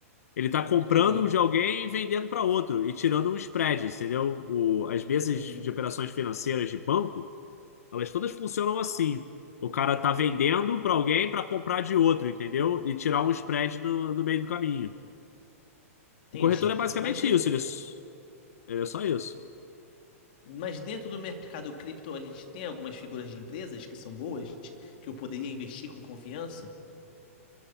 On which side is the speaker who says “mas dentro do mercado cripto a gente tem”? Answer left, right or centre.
Left